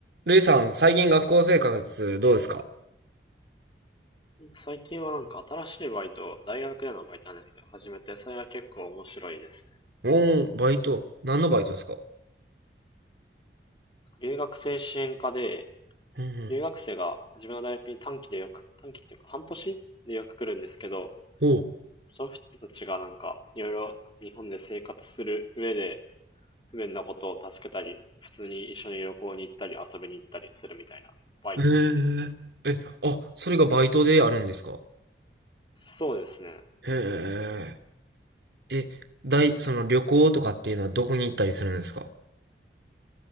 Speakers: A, on the right; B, on the left.
A: ルイさん、最近学校生活どうですか
B: うん最近はなんか新しいバイト、大学でのバイトなんですけど、始めて、それが結構面白いですね。
A: おー、バイト。何のバイトですか
B: 留学生支援課で、
A: うん
B: 留学生が自分の大学に短期でよく、短期っていうか半年でよく来るんですけど、
A: うん。おー、
B: その人たちがなんかいろいろ日本で生活する上で不便なことを助けたり、普通に一緒に旅行に行ったり遊びに行ったりするみたいなバイトですね。
A: えー、え、あ、それがバイトであるんですか
B: そうですね。
A: へえ。え、大、その旅行とかっていうのはどこに行ったりするんですか